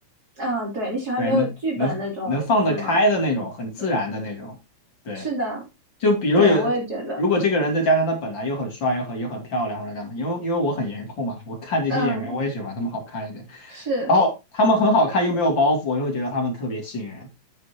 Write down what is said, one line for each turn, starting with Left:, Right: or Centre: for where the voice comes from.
Right: 嗯，对，你喜欢没有剧本那种是吗？
Left: 对，能能能放得开的那种，很自然的那种，
Right: 嗯，
Left: 对。
Right: 是的，
Left: 就比如有，
Right: 对，我也觉得，
Left: 如果这个人再加上他本来又很帅又很又很漂亮或者干嘛，因为因为我很颜控嘛，我看这些演员我也喜欢他们好看一点，
Right: 嗯，是。
Left: 然后他们很好看又没有包袱，我就会觉得他们特别吸引人。